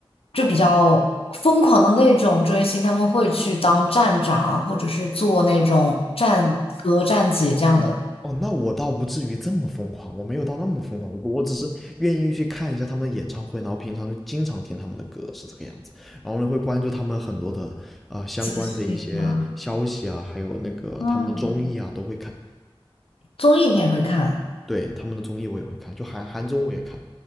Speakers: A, on the left; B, in the centre.
A: 就比较疯狂的那种追星，他们会去当站长，或者是做那种站哥、站姐这样的
B: 哦，那我倒不至于这么疯狂，我没有到那么疯狂，我只是愿意去看一下他们演唱会，然后平常就经常听他们的歌，是这个样子。然后呢，会关注他们很多的啊相关的一些消息啊，
A: 资讯啊。
B: 还有那个他们的综艺啊，
A: 嗯，
B: 都会看。
A: 综艺你也会看？
B: 对，他们的综艺我也会看，就韩韩综我也看，